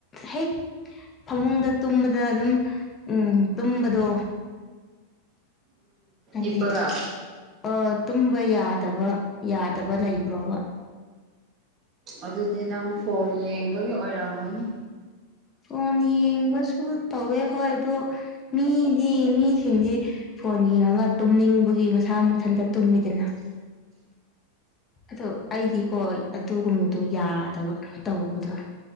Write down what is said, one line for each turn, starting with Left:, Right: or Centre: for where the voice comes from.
Left: ꯍꯦꯛ ꯐꯃꯨꯡꯗ ꯇꯨꯝꯕꯗ ꯑꯗꯨꯝ ꯎꯝ ꯇꯨꯝꯕꯗꯣ ꯍꯥꯏꯗꯤ
Right: ꯏꯄ ꯀꯥ
Left: ꯑ ꯇꯨꯝꯕ ꯌꯥꯗꯕ ꯌꯥꯗꯕ ꯂꯩꯕ꯭ꯔꯣꯕ
Right: ꯑꯗꯨꯗꯤ ꯅꯪ ꯐꯣꯟ ꯌꯦꯡꯕꯒꯤ ꯑꯣꯏꯔꯝꯃꯅꯤ
Left: ꯐꯣꯟ ꯌꯦꯡꯕꯁꯨ ꯇꯧꯋꯦ ꯍꯣꯏ ꯑꯣ ꯃꯤꯗꯤ ꯃꯤꯁꯤꯡꯁꯦ ꯐꯣꯟ ꯌꯦꯡꯉꯒ ꯇꯨꯝꯅꯤꯡꯕꯒꯤ ꯃꯁꯥ ꯃꯊꯟꯇ ꯇꯨꯝꯃꯤꯗꯅ
Right: <inaudible>
Left: ꯑꯣ ꯑꯩꯗꯤꯀꯣ ꯑꯗꯨꯒꯨꯝꯕꯗꯣ ꯌꯥꯗꯕ ꯇꯧꯕꯗꯣ